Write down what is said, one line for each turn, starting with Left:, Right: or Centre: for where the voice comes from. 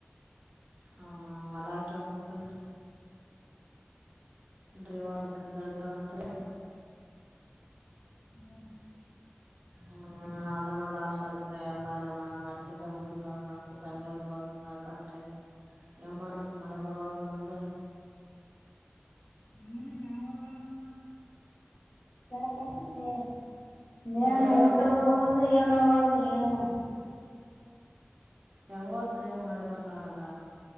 Right: ಹನ ಅಲಗೆ <unintelligible> ಡ್ರೈವರ್ ಗಳ ಬೆಳಿತವಂತ್ರಿ
Left: ಹೂಂ
Right: ಹಾ ಅದನ್ನ ಲ ಆಾಸ ಆಐತ್ ಎಲ್ಲಾರು ಮತ್ತೆ ಬೆಂಗಳೂರು ಹೋಗಣಕ್ ಬೆಂಗಳೂರು ಹೋಗಕತ್ರಿ ಏನ್ ಮಾಡ್ತ್ರ ಮಳೆ ಬರುವೋಂದ
Left: ನಮ ಬೆಂಗಳೂರು ಹಂಗ <unintelligible>
Right: ಹ್ಮ್
Left: ಏನು
Right: ರೀ
Left: ಊಟ ಹೋಗಲ್ ಏನ ಹೋಗಲ್ದ್ರಿ ಎಲ್ಲ
Right: ಹೆಂಗೋದ್ರಿ ಮಳೆ ಬರ್ಲಾರಗ